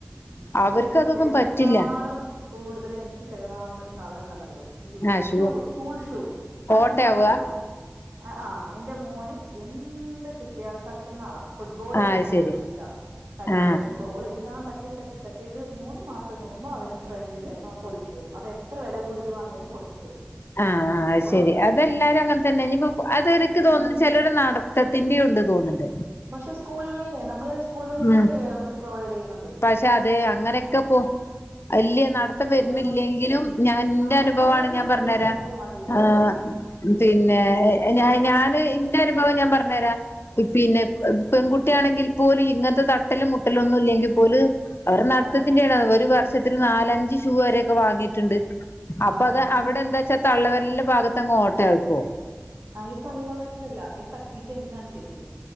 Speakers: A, on the right; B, on the left.
A: ഉം പക്ഷെ
B: അവർക്ക്
A: എനിക്ക്
B: അതൊന്നും
A: ബേഗിനേക്കാളും
B: പറ്റില്ല
A: കൂടുതല് എനിക്ക് ചിലവാവുന്ന ഒരു സാധനം എന്താന്നറിയോ യു
B: ആ ഷൂ
A: ഷൂവ് സ്കൂൾ ഷൂ അത്‌
B: ഓട്ടയാവുക
A: എന്താന്നറിയോ ആഹ് ആഹ് എന്റെ മോന് എന്ത് കിട്ടിയാലും തട്ട്ന്ന ആളാ ഫുട്ബോള്
B: ആ
A: കളിക്കാൻ
B: അത് ശരി
A: ഭയങ്കര ഇഷ്ടാ കല്ലും
B: ആ
A: ബോൾ എല്ലാം തട്ടി തട്ടി തട്ടി ഒരു മൂന്ന് മാസം കൂടുമ്പോ അതിന്റെ ഫ്രണ്ടില് അവൻ പൊളിച്ചിട്ട് വരും അത് എത്ര വില കൂടിയത് വാങ്ങിയാലും പൊളിച്ചിട്ട് വരും
B: ആഹ് ആഹ്
A: അപ്പൊ
B: അത് ശരി
A: ഇനി
B: അതെല്ലാരും അങ്ങന് തന്നെ ഇനി ഇപ്പ അതൊര് ഇക്ക് തോന്ന്ന്നു
A: ഉം
B: ചിലോര് നട ത്തിന്റേം ഉണ്ട് തോന്ന്ണ്ട്
A: പക്ഷെ സ്കൂളിലല്ലേ നമ്മള് സ്കൂൾ വെഹിക്കിളല്ലേ
B: ഉം
A: അവർക്ക് പ്രൊവൈഡ് ചെയ്യ്ണത്
B: പക്ഷെ അത് അങ്ങനെഒക്കെ പോ ഇല്ല നടത്തം
A: അയ്യോ,
B: വരുന്നില്ലെങ്കിലും ഞാൻ ഇന്റെ
A: ആ
B: അനുഭവാണ്
A: സ്കൂൾ
B: ഞാൻ പറഞ്ഞ്
A: പി
B: തരാം
A: ടൈം മതി
B: ആഹ്
A: ആ,
B: പിന്നെ ഞാന് ഇന്റെ അനുഭവം ഞാൻ പറഞ്ഞരാം പിന്നെ പെൺകുട്ടിയാണെങ്കിൽ പോലും ഇങ്ങനത്തെ തട്ടലും മുട്ടലൊന്നും ഇല്ലെങ്കിൽ പോലും അവരെ നടത്തത്തിന്റെ
A: ആ,
B: ആണ് ഓര് വർഷത്തില് നാലഞ്ച് ഷൂ വരെയൊക്കെ വാങ്ങിയിട്ടുണ്ട് അപ്പൊ
A: അതാണ്
B: അത് അവിടെ എന്താച്ചാ തള്ള വെരലിന്റെ ഭാഗത്തങ്ങ് ഓട്ട ആയിപ്പോവും
A: ആഹ് ഈ തള്ളവെരലല്ല ഇത് തട്ടീട്ടെന്നെണ് ശരിക്കും